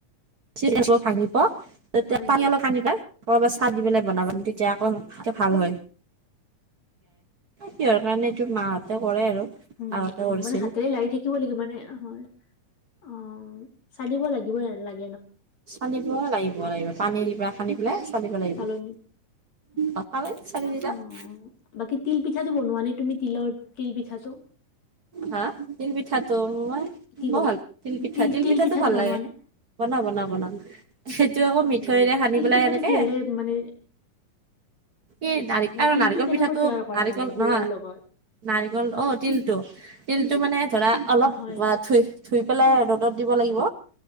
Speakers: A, on the right; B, on the left.
A: চিৰিব ভাঙি প তেতিয়া
B: হয় নেকি?
A: পাৰি অলপ সানিবা কৰবাত চাহ দি পেলাই বনাবা তেতিয়া আকৌ ভাল হয় কিহৰ কাৰণে এইটো মাহঁতে কৰে আৰু
B: উম
A: আগতে
B: হয়
A: কৰিছিল
B: মানে হাতেৰে লাৰি থাকিব লাগিব মানে হয় অ চালিব লাগিব লাগ
A: চলিব লাগিব লাগিব পানী সানদি পেলাই চলিব লাগিব
B: চালনীত <unintelligible>
A: অ চালি দিলা
B: অ বাকী তিল পিঠাটো বনোৱা নে তুমি তিলৰ তিল পিঠাটো
A: হা তিল পিঠাটো মই
B: কি
A: বৰ
B: ক'লা
A: ভাল তিলপিঠা
B: তিল
A: তিলপিঠাটো
B: তিল পিঠাটো
A: ভাল
B: বনোৱা
A: লাগে
B: নে
A: বনা বনা বনা সেইটো আকৌ মিঠৈৰে
B: মানে
A: সান্দি
B: তিল
A: পেলাই
B: পিঠাটো
A: এনেকে
B: কিহেৰে মানে
A: এই নাৰ
B: ন
A: আৰু
B: তিলটো
A: নাৰিকল
B: কেনেকৈ
A: পিঠাটো
B: তৈয়াৰ কৰা
A: নাৰিকল
B: মানে গুৰৰ
A: নহয়
B: লগত
A: নাৰিকল অ তিলটো তিলটো মানে ধৰা অলপ
B: হয়
A: ধুই - ধুই পেলাই ৰ'দত দি ধুব লাগিব